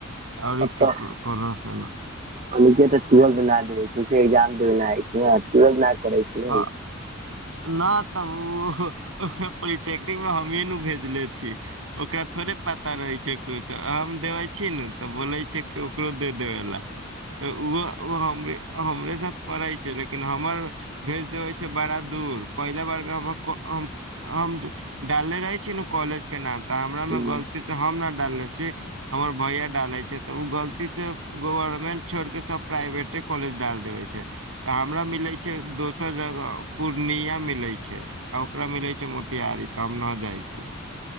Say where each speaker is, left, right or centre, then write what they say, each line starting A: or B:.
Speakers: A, on the right (about 70°); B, on the right (about 35°).
A: आओर
B: अतऽ
A: केकरो कोना से ने
B: अनिकेत ट्वेल्थ नहि देबे छैे एक्जाम देबे नहि जाय छै ट्वेल्थ नहि करै छै
A: ह न तऽ ओ पोलिटेक्निक मे हमहि ने भेजले छी ओकरा थोड़े पता रहै छै किछु हम देबै छी ने तऽ बोलै छै कि ओकरो दे देबै ले तऽ ओहो ओ हमरे हमरे साथ पढ़ै छै लेकिन हमर भेज देबै छै बड़ा दूर पहिला बारमे हमर कऽ हम हम डालले रहै छी नू कॉलेज के नाम तऽ हमरा
B: हम।
A: मे गलती सँ हम नहि डालले छी हमर भैया डालै छै तऽ ओ गलती से गवर्मेन्ट छोड़के सब प्राइवेटे कॉलेज डाल देबै छै तऽ हमरा मिलै छै दोसर जगह पूर्णिया मिलै छै आ ओकरा मिलै छै मोतिहारी तऽ हम नऽ जाइ छियै